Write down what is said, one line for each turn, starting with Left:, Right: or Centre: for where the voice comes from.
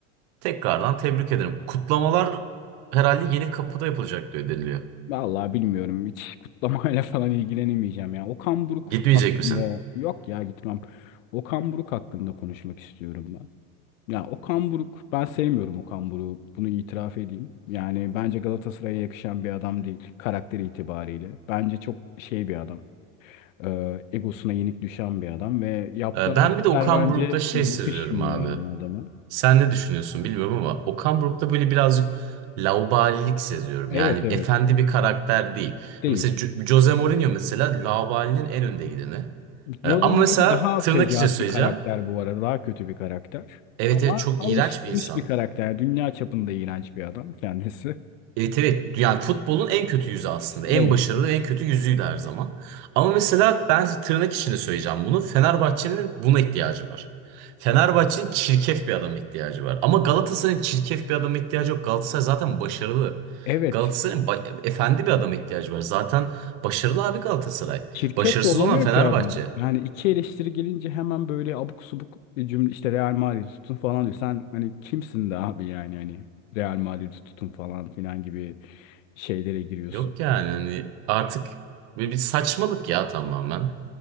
Right: tekrardan tebrik ederim. Kutlamalar herhalde yeni kapıda yapılacak diyor deniliyor.
Left: Vallahi bilmiyorum. Hiç kutlamayla <laughs> falan ilgilenemeyeceğim ya. Okan Buruk
Right: Gitmeyecek
Left: hakkında
Right: misin?
Left: yok ya gitmem. Okan Buruk hakkında konuşmak istiyorum ben. Ya Okan Buruk ben sevmiyorum Okan Buruk. Bunu itiraf edeyim. Yani bence Galatasaray'a yakışan bir adam değil karakteri itibariyle. Bence çok şey bir adam. Ee, egosuna yenik düşen bir adam ve yaptığı
Right: Ee,
Left: hareketler
Right: Ben bir de Okan
Left: bence
Right: Buruk'ta şey
Left: yakışmıyor
Right: seziyorum abi.
Left: yani adama.
Right: Sen ne düşünüyorsun bilmiyorum ama Okan Buruk'ta böyle birazcık laubalilik seziyorum.
Left: Evet
Right: Yani
Left: evet.
Right: efendi bir karakter değil.
Left: Değil.
Right: Mesela Jo- Jose Mourinho mesela laubalinin en önde gideni.
Left: Jordan
Right: Ee, Ama mesela
Left: Ivy daha
Right: tırnak
Left: fecaat
Right: içine söyleyeceğim.
Left: bir karakter bu arada. Daha kötü bir karakter.
Right: Evet
Left: Ama
Right: evet çok
Left: alışılmış
Right: iğrenç bir insan.
Left: bir karakter. Dünya çapında iğrenç bir adam kendisi.
Right: Evet evet yani futbolun en kötü yüzü aslında. En
Left: Evet.
Right: başarılı en kötü yüzüydü her zaman. Ama mesela ben tırnak içinde söyleyeceğim bunu. Fenerbahçe'nin buna ihtiyacı var. Fenerbahçe'nin çirkef bir adama ihtiyacı var. Ama Galatasaray'ın çirkef bir adama ihtiyacı yok. Galatasaray zaten başarılı.
Left: Evet.
Right: Galatasaray'ın ba- efendi bir adama ihtiyacı var. Zaten başarılı abi Galatasaray.
Left: Çirkef
Right: Başarısız
Left: de olamıyor
Right: olan Fenerbahçe.
Left: ki adam. Yani iki eleştiri gelince hemen böyle abuk subuk bir cümle işte Real Madrid'i tutun falan diyor. Sen hani kimsin de abi yani hani Real Madrid'i tutun falan filan gibi şeylere giriyorsun.
Right: Yok yani hani artık bir, bir saçmalık ya tamamen.